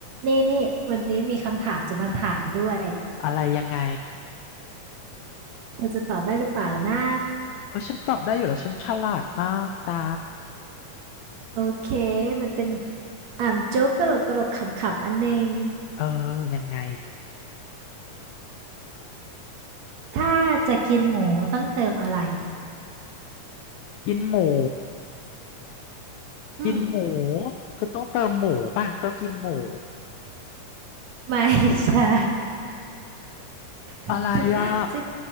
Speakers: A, on the right; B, on the left.
A: นี่นี่วันนี้มีคำถามจะมาถามด้วย
B: อะไรยังไง
A: เธอจะตอบได้หรือเปล่านะ
B: โอ้ยฉันตอบได้อยู่แล้วฉันฉลาดมากตา
A: โอเคมันเป็นอ่าโจ๊กตลกตลกขำๆอันหนึง
B: เออยังไง
A: ถ้าจะกินหมูต้องเติมอะไร
B: กินหมู
A: อืม
B: กินหมูก็ต้องเติมหมูป่ะก็กินหมู
A: ไม่ใช่จะ
B: อะไรอ่ะ
A: จะ